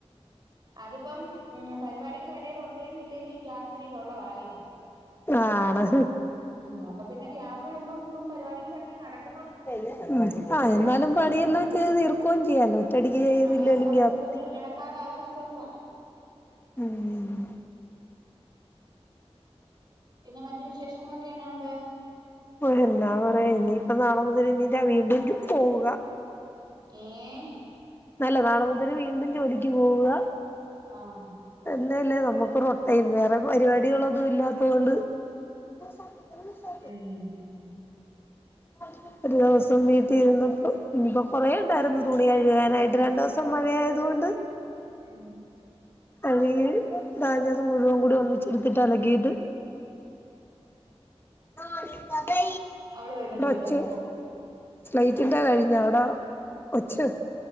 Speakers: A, on the right; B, on the left.
A: അതിപ്പം ഉം പരിപാടികൾ എടേലു ഉണ്ടേലും ഇല്ലേലും ഈ ഗ്യാപ്പിടിൽ ഉള്ളതായിരുന്നു
B: ആണോ
A: ഉം അപ്പൊ പിന്നെ ഗ്യാപ്പിടുമ്പം ഇപ്പം പരിപാടികളും ഇടയ്ക്ക് നടക്കും
B: ഹ്മ്മ്, ആഹ് എന്നാലും പണിയെല്ലാം ചെയ്ത് തീർക്കുകയും ചെയ്യാലോ ഒറ്റയടിക്ക് ചെയ്തില്ലേലും
A: അതെ അത് നമുക്കിപ്പൊരു
B: ഗ്യാപ്
A: എടക്കാല ആശ്വാസം എന്ന് പറയാം.
B: ആഹ്
A: പിന്നെ മറ്റ് വിശേഷങ്ങളൊക്കെ എന്നാ ഉണ്ട്.
B: ഓ എന്താ പറയാ ഇനിയിപ്പം നാളെ മുതൽ ഇനി വീണ്ടും പോവുക.
A: ഏഹ്
B: അല്ല നാളെ മുതൽ വീണ്ടും ജോലിക്ക് പോവുക
A: ആഹ
B: തന്നെയല്ലേ നമ്മുക്ക് റൊടീൻ വേറെ പരിപാടികളൊന്നും ഇല്ലാത്ത കൊണ്ട് <unintelligible>
A: ഉം
B: അ <inaudible> ഒരു ദിവസം വീട്ടിൽ ഇരുന്നപ്പോൾ ഇന്നിപ്പോൾ കുറെഉണ്ടായിരുന്നു തുണി കഴുകാനായിട്ട് രണ്ട് ദിവസം മഴ ആയതുകൊണ്ട്
A: മ്മ്ഹ്
B: കഴുകി താഞ്ഞത് മുഴുവൻ കൂടി ഒന്നിച്ചിടുത്തിട്ട് അലക്കിയിട്ട് ഇവരുടെ
A: അവള് വരുമ്പം ചോദിക്കാം
B: അച്ഛൻ
A: പൊക്കോ
B: സ്ലൈറ്റിന്റെ കഴിഞ്ഞ അവിടെ ഒച്ച്